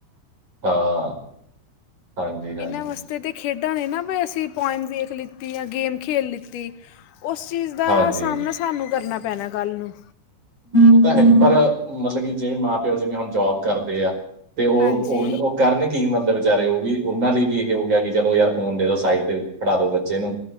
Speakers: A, on the right (about 35°); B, on the left (about 80°).
A: ਹਾਂ। ਹਾਂਜੀ, ਹਾਂਜੀ,
B: ਏਨਾਂ ਵਾਸਤੇ ਤੇ ਖੇਡਾਂ ਨੇ ਨਾ ਵੀ ਅਸੀ ਪੋਏਮ ਵੇਖ ਲਿੱਤੀ, ਯਾ ਗੇਮ ਖੇਲ ਲਿੱਤੀ। ਓਸ ਚੀਜ਼ ਦਾ
A: ਹਾਂਜੀ।
B: ਸਾਮਨਾ ਸਾਨੂੰ ਕਰਨਾ ਪੈਨਾ, ਕੱਲ ਨੂੰ
A: ਓ ਤਾ ਹੈ ਹੀ ਪਰ ਮਤਲਬ ਕਿ ਜੇ ਮਾਂ-ਪਓ ਜਿਵੇੇ ਹੁਨ ਜੋਬ ਕਰਦੇ ਆ। ਤੇ ਓ
B: ਹਾਂਜੀ
A: ਓਨ ਓ ਕਰਨ ਕੀ ਮਤਲਬ ਵਿਚਾਰੇ ਓ ਵੀ ਓਨਾਂ ਲਈ ਵੀ ਏਹ ਹੋਗੇਆ, ਕਿ ਚਲੋ ਯਾਰ ਫੋਨ ਦੇ ਦੋ ਸਾਈਡ ਤੇ ਫੜਾ ਦੋ ਬੱਚੇ ਨੂੰ